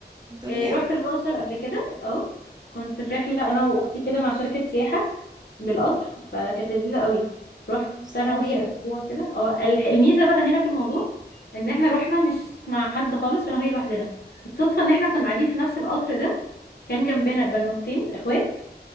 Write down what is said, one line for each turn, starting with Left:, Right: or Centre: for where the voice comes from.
Right: بتقولي
Left: إيه
Right: ايه؟
Left: رحت الأقصر قبل كده اه كنت في رحلة انا واختي كده مع شركة سياحة بالقطر فكانت لذيذة قوي رحت
Right: نفسي
Left: انا
Right: قوي
Left: وهي اسبوع كده اه ال- الميزة بقى هنا في الموضوع ان احنا رحنا مش مع حد خالص فانا وهي لوحدنا الصدفة ان احنا كنا قاعدين في نفس القطر ده كان جنبنا بنوتين اخوات